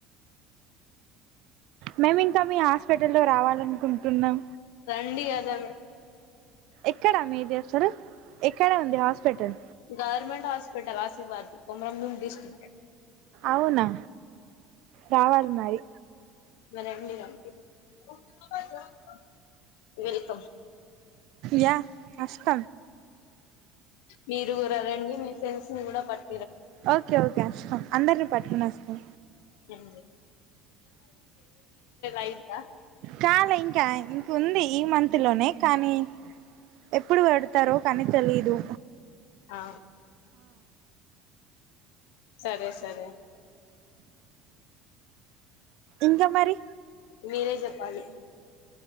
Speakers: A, on the right; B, on the left.
A: మేము ఇంకా మీ హాస్పిటల్ లో రావాలనుకుంటున్నాం
B: ండి అదా మ
A: ఎక్కడా మీది అసలు ఎక్కడ ఉంది హాస్పిటల్
B: గవర్మెంట్ హ ఆశీర్వాద్ కొమరంందూంగ్ డిస్క్ట్
A: అవునా రావాలి మరి
B: రండి రండి <inaudible> <unintelligible> వెల్కమ్
A: యా కస్క
B: మీరు కూడా ర రండి మీ ఫ్రెండ్స్ ని కూడా పట్
A: ఓకే ఓకే అష్టం అందరిని పట్టుకునేస్తాం
B: జ అయిద్దా
A: కాల ఇంకా ఇంక ఉంది ఈ మంత్ లోనే కానీ ఎప్పుడు పెడతారో కనీ తెలిదు
B: ఆ సరే సరే
A: ఇకా మరి
B: మీరే చెప్పాలి